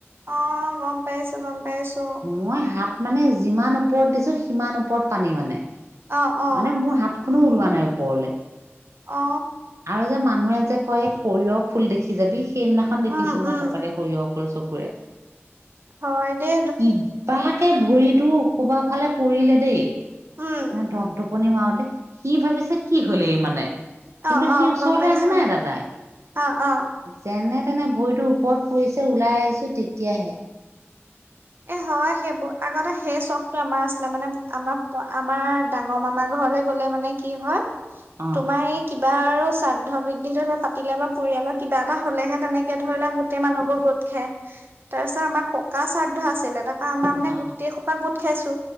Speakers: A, on the right; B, on the right.
A: অ গম পাই আছো, গম পাইছো
B: মই হাত মানে যিমান ওপৰত দিছো, সিমান ওপৰত পানী মানে।
A: অ অ
B: মানে মোৰ হাতখনো ওলোৱা নাই ওপৰলে।
A: অ
B: আৰু যে মানুহে যে কয় সৰিয়হ ফুল দেখি যাবি, সেইদিনাখন দেখিছো
A: উম
B: মই
A: উম
B: সঁচাকে সৰিয়হ ফুল চকুৰে।
A: হয় দে
B: কিবা কে ভৰিটো কবাৰ ফালে পৰিলে দেই,
A: উম
B: মই ধক ধক পনি মাৰতে, সি ভাবিছে কি হলে এই মানে। কিন্তু
A: অ অ
B: সি ওচৰলৈ
A: গম পাইছো
B: অহা নাই দাদাই,
A: অ অ
B: যেনে তেনে ভৰিটো ওপৰত পৰিছে ওলাই আহিছো তেতিয়াহে।
A: এ হয় সেইবোৰ, আগতে সেই চখটো আমাৰ আছিলে মানে আমাৰ আমাৰ ডাঙৰ মামা গল ঘৰলে গলে মানে কি হয়,
B: অ
A: তোমাৰ সেই কিবা আৰু শ্ৰাদ্ধ বৃদ্ধি ধৰি লওঁ পাতিলে বা পৰিয়ালৰ কিবা এটা হলেহে তেনেকে ধৰি লও গোটেই মানুহবোৰ গোট খাই। তাৰপিছত আমাৰ ককা শ্ৰাদ্ধ আছিলে, তাৰ পৰা আমাৰ মানে
B: অ
A: গোটেই সোপা গোট খাইছো,